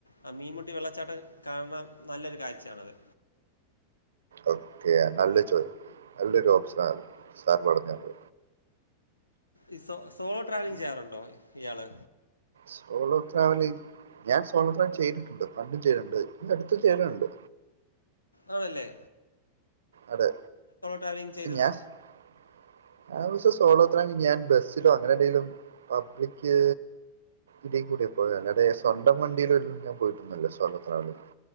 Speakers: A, on the left (about 85°); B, on the right (about 65°).
A: ആ മീൻമുട്ടി വെള്ളച്ചാട്ടം കാണണം നല്ലൊരു കാഴ്ചയാണത്
B: ഓക്കെ നല്ല ചോയ് നല്ലൊരു ഓപ്ഷൻ ആത് സാർ പറഞ്ഞത്
A: ഈ സോ സോളോ ട്രാവലിംഗ്
B: ഈ
A: ചെയ്യാറുണ്ടോ ഇയാള്
B: സോളോ ട്രാവലി ഞാൻ സോളോ ട്രാവൽ ചെയ്തിട്ടുണ്ട് പണ്ടും ചെയ്തിട്ടുണ്ട് ഈ അടുത്തും ചെയ്ലുണ്ട്
A: ആന്നല്ലേ
B: അതെ
A: ട്രാവലിംഗ് ചെയ്തത്
B: ഞാൻ <unintelligible> ഞാൻ ബസ്സിലോ അങ്ങനെ എന്തേലും പബ്ലിക്ക് ഇതി കൂടി ഇപ്പോഴും അല്ലാതെ സ്വന്തം വണ്ടിയിലൊന്നും ഞാൻ പോയിട്ടന്നുമില്ല സോളോ ട്രാവൽ